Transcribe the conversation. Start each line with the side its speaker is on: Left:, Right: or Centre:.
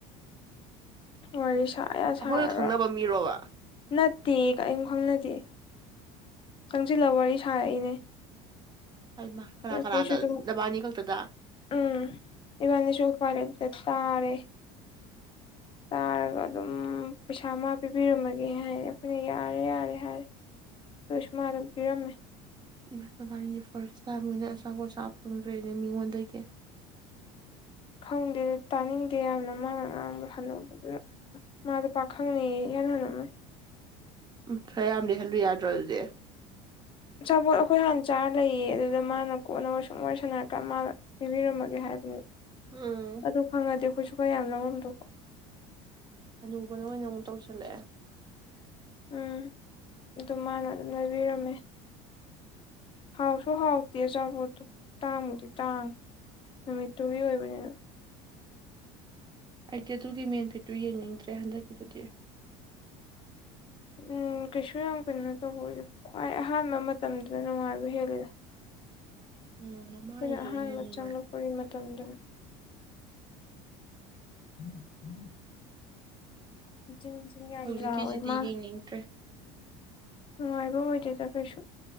Left: ꯋꯥꯔꯤ ꯁꯥ ꯌꯥ
Right: ꯑꯩꯈꯣꯏꯒ
Left: ꯁꯥꯔꯒ
Right: ꯈꯪꯅꯕ ꯃꯤꯔꯣꯕ
Left: ꯅꯠꯇꯦ ꯀꯩꯝ ꯈꯪꯅꯗꯦ ꯆꯪꯁꯤꯜꯂ ꯋꯥꯔꯤ ꯁꯥꯔꯛꯏꯅꯦ
Right: ꯍꯩꯃꯥ
Left: ꯑꯗꯩ
Right: ꯀꯅꯥ
Left: ꯑꯩꯈꯣꯏꯁꯨ
Right: ꯀꯅꯥꯗ
Left: ꯑꯗꯨꯝ
Right: ꯅꯕꯥꯅꯤ ꯈꯛꯇꯗ
Left: ꯎꯝ ꯏꯕꯥꯅꯤꯁꯨ ꯎꯄꯥꯏ‌ ꯂꯩꯇ ꯇꯥꯔꯦ ꯇꯥꯔꯒ ꯑꯗꯨꯝ ꯄꯩꯁꯥ ꯃꯥ ꯄꯤꯕꯤꯔꯝꯃꯒꯦ ꯍꯥꯏꯌ‌ꯦ ꯑꯩꯈꯣꯏꯅ ꯌꯥꯔꯦ ꯌꯥꯔꯦ ꯍꯥꯏꯔꯦ ꯗꯨꯏꯁꯨ ꯃꯥ ꯑꯗꯨꯝ ꯄꯤꯔꯝꯃꯦ
Right: ꯏꯃꯥ ꯅꯕꯅꯤꯗꯤ ꯐꯥꫪꯁ ꯇꯥꯏꯝ ꯑꯣꯏꯅ ꯑꯆꯥꯄꯣꯠ ꯆꯥ ꯐꯪꯈ꯭ꯔꯦꯅꯦ ꯃꯤꯉꯣꯟꯗꯒꯤ
Left: ꯈꯪꯗꯦ ꯗ‌ꯣ ꯇꯥꯅꯤꯡꯗꯦ ꯌꯥꯝꯅ ꯃꯥꯅ ꯉꯥꯡꯕ ꯍꯅꯨꯕꯗꯨꯅ ꯃꯥꯗꯣ ꯄꯥꯈꯪꯅ‌ꯦꯌ‌ꯦ ꯏꯍꯟ ꯍꯅꯨꯃꯩ
Right: ꯎꯝ ꯈꯔ ꯌꯥꯝ ꯂꯩꯍꯜꯂꯨ ꯌꯥꯗ꯭ꯔꯣ ꯑꯗꯨꯗꯤ
Left: ꯑꯆꯥꯥꯕꯣꯠ ꯑꯩꯈꯣꯏ ꯍꯥꯟꯅ ꯆꯥꯔ ꯂꯩꯌꯦ ꯑꯗꯨꯗ ꯃꯥꯅ ꯀꯣꯟꯅ ꯁꯨꯡ ꯋꯥꯔꯤ ꯁꯥꯟꯅꯔꯛꯀꯥꯟ ꯃꯥꯅ ꯂꯩꯕꯤꯔꯝꯃ ꯒ‌ꯦ ꯍꯥꯏꯕꯅꯤ
Right: ꯎꯝ
Left: ꯑꯗꯨ ꯈꯪꯉꯗꯤ ꯑꯩꯈꯣꯏꯁꯨ ꯈꯔ ꯌꯥꯝ ꯂꯧꯔꯝꯗ‌ꯣꯕ
Right: ꯍꯅꯨꯕꯅ ꯑꯣꯏꯅ ꯑꯃꯨꯛ ꯇꯧꯁꯜꯂꯛꯑꯦ
Left: ꯎꯝ ꯑꯗꯨ ꯃꯥꯅ ꯑꯗꯨꯝ ꯂꯩꯕꯤꯔꯝꯃꯦ ꯍꯥꯎꯁꯨ ꯍꯥꯎꯇꯦ ꯑꯆꯥꯄꯣꯠꯇꯣ ꯇꯥꯡꯕꯨꯗꯤ ꯇꯥꯡꯉꯤ ꯅꯨꯃꯤꯠꯇꯨꯒꯤ ꯑꯣꯏꯕꯅꯤꯅ
Right: ꯑꯩꯗꯤ ꯑꯗꯨꯒꯤ ꯃꯦꯟ ꯐꯤꯠꯇꯨ ꯌꯦꯡꯅꯤꯡꯗ꯭ꯔꯦ ꯍꯟꯗꯛꯀꯤꯗꯨꯗꯤ
Left: ꯎꯝ ꯀꯩꯁꯨ ꯌꯥꯝ ꯀꯩꯅꯣ ꯇꯧꯕ ꯑꯣꯏꯗ‌ꯦ ꯈ꯭ꯋꯥꯏ ꯑꯍꯥꯟꯕ ꯃꯇꯝꯗꯨꯗ ꯅꯨꯡꯉꯥꯏꯕ ꯍꯦꯜꯂꯤꯗ
Right: ꯎꯝ ꯃꯃꯥꯡꯒꯤꯗꯨꯅ
Left: ꯑꯩꯈꯣꯏꯅ ꯑꯍꯥꯟꯕ
Right: ꯍꯦꯟꯅ ꯅꯨꯡꯉꯥꯏ
Left: ꯆꯪꯂꯛꯄꯒꯤ ꯃꯇꯝꯗꯨ <inaudible> <unintelligible>
Right: ꯍꯧꯖꯤꯛꯀꯤꯁꯤꯗꯤ
Left: ꯃꯥ
Right: ꯌꯦꯡꯅꯤꯡꯗ꯭ꯔꯦ
Left: ꯅꯨꯡꯉꯥꯏꯕ ꯑꯣꯏꯗꯦꯗ ꯀꯩꯁꯨ